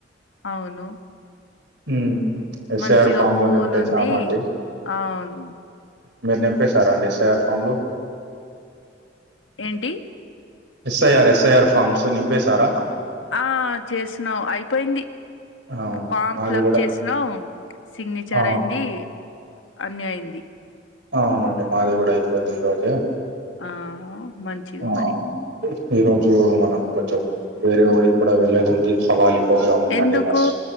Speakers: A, on the left; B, on the right.
A: అవును
B: ఉమ్ ఎస్
A: మంచిగా
B: ఐ ఆర్ ఫామ్
A: కూల్
B: లు నింపెసామండి.
A: ఉంది అవును
B: మీర్ నింపేసారా అండి ఎస్ ఐ ఆర్ ఫామ్లు?
A: ఏంటి?
B: ఎస్ఐఆర్ ఎస్ఐఆర్ ఫామ్స్ నింపేసార?
A: ఆ చేసినవ్ అయిపోయింది.
B: అవునండి
A: ఫామ్
B: మాది
A: ఫిలప్
B: కూడా
A: చేసినవ్ సిగ్నిచర్
B: అవును
A: అయింది అన్ని అయింది.
B: అవునండి మాది కూడ అయిపోయింది ఈరోజే
A: ఆ మంచిగా
B: ఆ
A: మరి
B: ఈ రోజు మనం కొంచెం వేరే ఊరికి కూడా వెళ్లేదుంది. హవాలీ ఫోగ్రాం ఉందండి
A: ఎందుకు
B: బస్